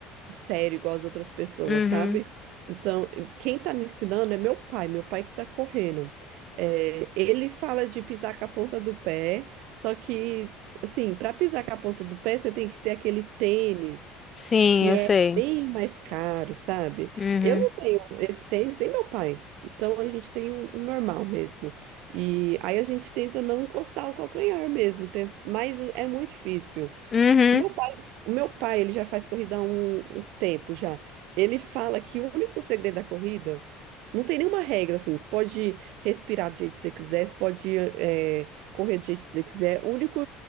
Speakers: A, on the right (about 70°); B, on the left (about 25°).
A: sério igual as outras pessoas,
B: Uhum.
A: sabe? Então, quem tá me ensinando é meu pai, meu pai que tá correndo. É, ele fala de pisar com a ponta do pé, só que, assim, para pisar com a ponta do pé, você tem que ter aquele tênis
B: Sim,
A: que
B: eu
A: é
B: sei.
A: bem mais caro, sabe?
B: Uhum.
A: Eu não tenho esse tênis, nem meu pai. Então a gente tem um, um normal mesmo. E aí a gente tenta não encostar o calcanhar mesmo, ten- mas é muito difícil.
B: Uhum.
A: O Meu pai, o meu pai, ele já faz corrida há um, um tempo já. Ele fala que o único segredo da corrida não tem nenhuma regra assim. Você pode respirar do jeito que você quiser, você pode eh, correr do jeito que você quiser. A única